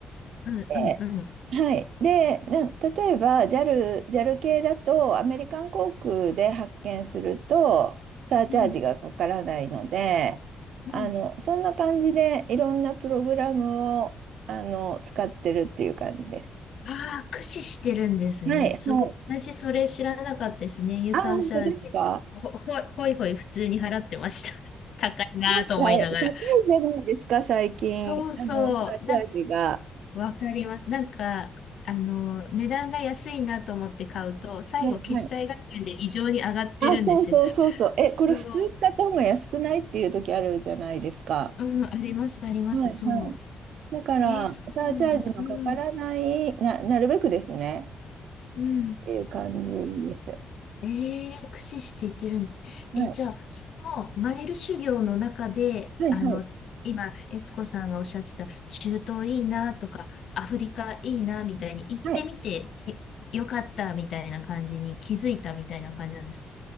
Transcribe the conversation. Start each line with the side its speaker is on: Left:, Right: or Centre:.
Left: うん、
Right: で、
Left: うん、うん、
Right: はい。で、な例えば JAL、ジャル系だとアメリカン航空で発券するとサーチャージがかからないので、
Left: うん、うん。
Right: あの、そんな感じでいろんなプログラムをあの使ってるっていう感じです。
Left: ああ、駆使してるんですね。
Right: はい、
Left: すごい。
Right: はい。
Left: 私、それ知らなかったですね。ユーサーシャーで。
Right: あ、本当ですか。
Left: ほ、ほ、ほいほい普通に払ってました。<laughs> 高いなぁと思いながら。
Right: なんか高いじゃないですか、最近。
Left: そうそう。
Right: あの、サーチャージが。
Left: なん、わかります。なんか、あの、値段が安いなと思って買うと、最後、
Right: はい、
Left: 決済合戦で異常に上がってるんですよ。
Right: はい。あ、そうそうそうそう。え、
Left: そう。
Right: これ普通に買った方が安くないっていう時あるじゃないですか。
Left: うん、あります、あります。
Right: はいはい
Left: そう。
Right: だから、
Left: えー、そうなんだ。
Right: サーチャージのかからない、
Left: うん、
Right: な、なるべくですね、
Left: うん。
Right: っていう感じです。
Left: ええ駆使していってるんです。
Right: はい、
Left: え、じゃあ、そのマイル修行の中で、
Right: はい、
Left: あの、
Right: はい、
Left: 今、悦子さんがおっしゃってた、中東いいなとか、アフリカいいなみたいに行ってみて、
Right: はい。
Left: えよかったみたいな感じに気づいたみたいな感じなんですか